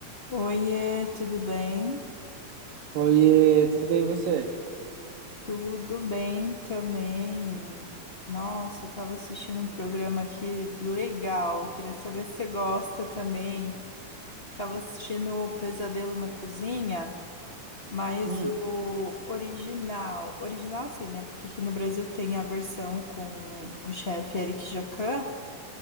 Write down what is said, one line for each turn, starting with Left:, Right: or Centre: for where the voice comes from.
Left: Oiê, tudo bem?
Right: Oiê, tudo bem e você?
Left: Tudo bem também. Nossa, eu tava assistindo um programa aqui legal. Queria saber se você gosta também. Tava assistindo o Pesadelo na Cozinha, mas
Right: Hum,
Left: o original. Original assim, né? Porque aqui no Brasil tem a versão com o chefe Eric Jacquin.